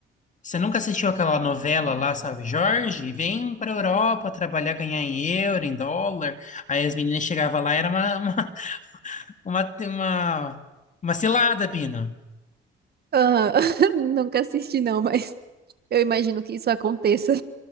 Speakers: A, on the left; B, on the right.
A: Você nunca assistiu aquela novela lá, sabe, Jorge? Vem pra Europa trabalhar, ganhar em euro, em dólar. Aí as meninas chegavam lá, era uma, uma, <laughs> uma, uma, uma cilada, Pino.
B: Aham, <laughs> Nunca assisti, não, mas eu imagino que isso aconteça.